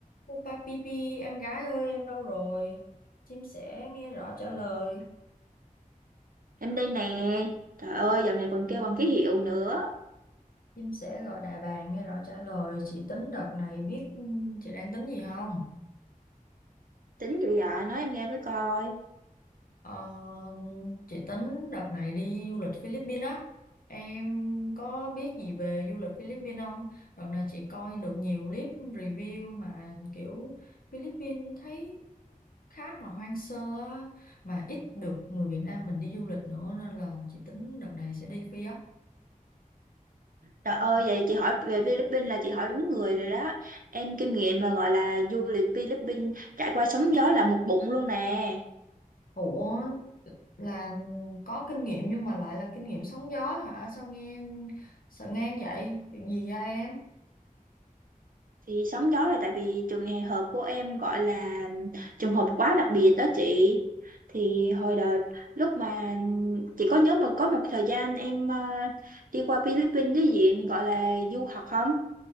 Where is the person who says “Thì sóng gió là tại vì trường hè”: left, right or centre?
Right